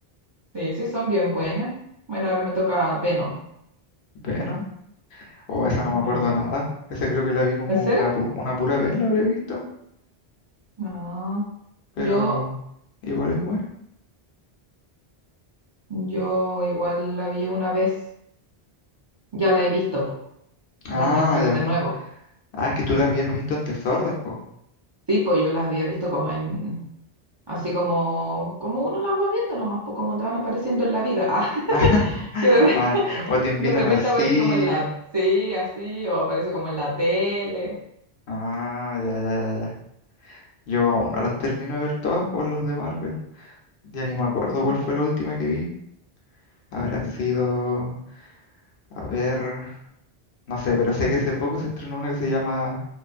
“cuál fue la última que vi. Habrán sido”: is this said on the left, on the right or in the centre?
Left